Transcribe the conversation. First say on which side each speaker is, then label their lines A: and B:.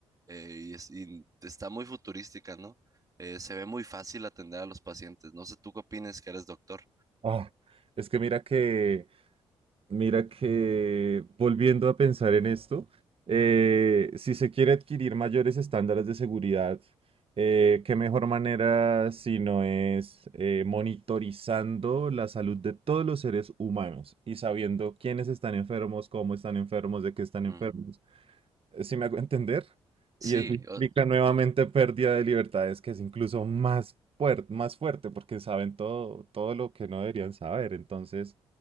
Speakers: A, on the right; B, on the right.
A: eh, y, es- y está muy futurística, ¿no? Eh, se ve muy fácil atender a los pacientes. No sé, ¿tú qué opinas que eres doctor?
B: Ah, es que mira que Mira que volviendo a pensar en esto, eh, si se quiere adquirir mayores estándares de seguridad, eh, ¿qué mejor manera si no es eh, monitorizando la salud de todos los seres humanos y sabiendo quiénes están enfermos, cómo están enfermos, de qué están enfermos?
A: Mm,
B: si me hago <laughs> entender, y
A: Sí,
B: eso implica
A: o,
B: nuevamente pérdida de libertades, que es incluso más fuerte, más fuerte, porque saben todo, todo lo que no deberían saber. Entonces,